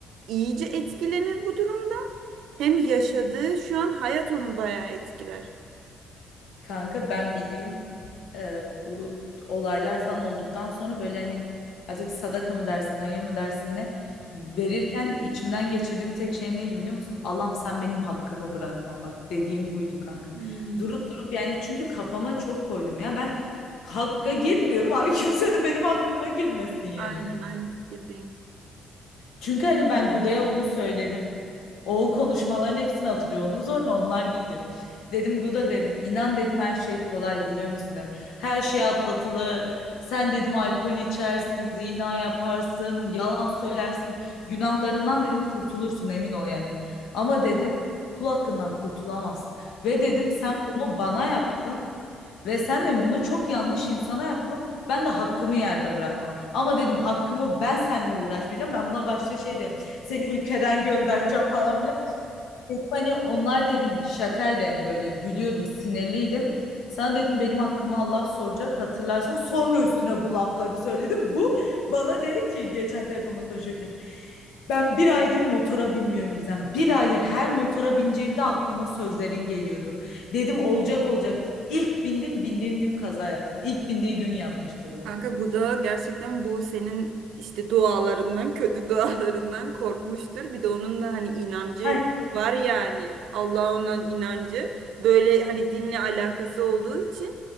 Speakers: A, on the right; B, on the left.
A: iyice etkilenir bu durumda. Hem yaşadığı şu an hayat onu bayağı etkiler.
B: Kanka ben bildiğin e, bu olaylar falan olduktan sonra böyle hani artık sadaka mı dersin hayır mı dersin ne verirken içimden geçirdiğim tek şey neydi biliyor musun? Allah'ım sen benim hakkımı bırakma bak dediğim buydu kanka.
A: Hmm,
B: Durup durup yani çünkü kafama çok koydum ya ben hakka girmiyorum abi <laughs> kimse de benim hakkıma girmesin yani.
A: aynen aynı fikirdeyim.
B: Çünkü hani ben Guda'ya onu söyledim. O konuşmaların hepsini hatırlıyor. Onun zoruna onlar gidiyor. Dedim Guda dedim. inan dedim her şey kolay biliyor musun dedim. Her şey atlatılır. Sen dedim alkol içersin, zina yaparsın, yalan söylersin. Günahlarından dedim kurtulursun emin ol yani. Ama dedim kul hakkından kurtulamazsın. Ve dedim sen bunu bana yaptın. Ve sen de bunu çok yanlış insana yaptın. Ben de hakkımı yerde bırakmam. Ama dedim hakkımı ben seninle uğraşmayacağım. Ben buna başta şey dedim. Seni ülkeden göndereceğim falan filan. Dedim hani onlar dedim şakaydı hani böyle gülüyordum sinirliydim. Sana dedim benim hakkımı Allah soracak hatırlarsın. Sonra üstüne bu lafları söyledim. Bu bana dedi ki geçen telefonla konuşurken. Ben bir aydır motora binmiyorum Gizem. Bir aydır her motora bineceğimde aklıma sözlerin geliyordu. Dedim olacak olacak. İlk bindim bindiğim gün kaza yaptım. İlk bindiği gün yapmış kazayı.
A: Kanka Guda gerçekten bu senin işte dualarından, <laughs> kötü dualarından korkmuştur. Bir de onun da hani inancı
B: Hayır.
A: var yani. Allah'a olan inancı böyle hani dinle alakası olduğu için